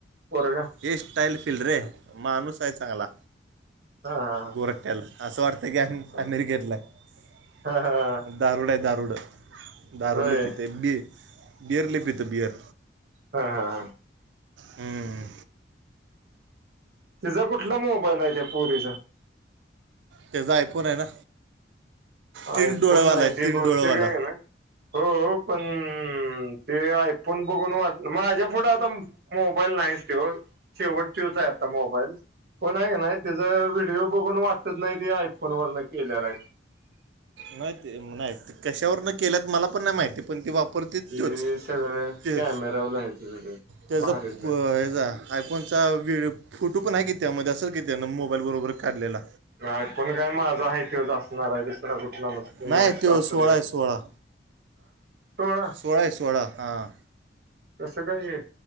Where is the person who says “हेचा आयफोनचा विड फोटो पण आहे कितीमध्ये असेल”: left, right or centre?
Right